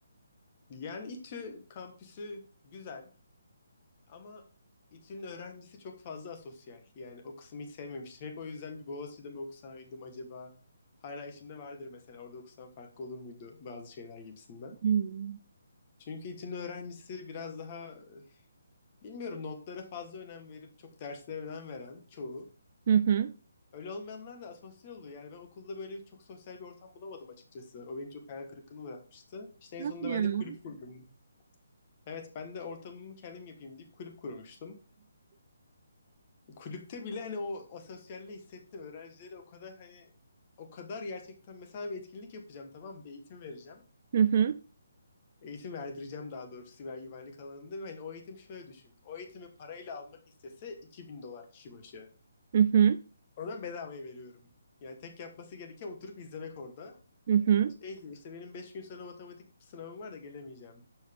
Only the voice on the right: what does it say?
Hmm.
Hı hı.
Tamam
Ya.
Hı hı.
Hı hı.
Hı hı.